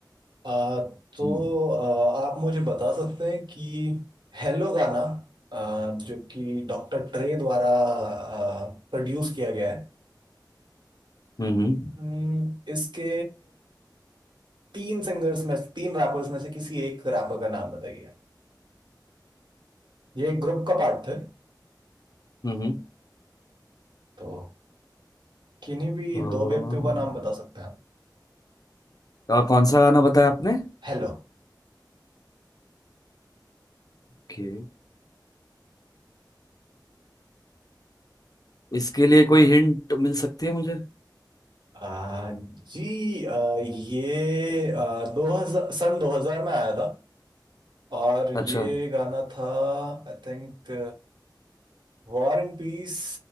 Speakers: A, on the right; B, on the left.
A: आ, तो
B: हम्म
A: आ, आप मुझे बता सकते हैं कि हेलो गाना आ, जो कि डॉक्टर ट्रे द्वारा प्रोड्यूस किया गया है
B: हम्म
A: हम्म, इसके तीन सिंगर्स में तीन रैपर्स में से किसी एक रैपर का नाम बताइए ये एक ग्रुप का पार्ट थे
B: हम्म
A: तो किन्हीं भी
B: हम्म।
A: दो व्यक्तियों का नाम बता सकते हैं आप
B: अ, अ, कौन सा गाना बताया आपने
A: हेलो
B: के इसके लिए कोई हिंट मिल सकती है मुझे
A: आ, जी आ, ये आ, 2000 सन 2000 में आया था और ये
B: अच्छा
A: गाना था I think war and peace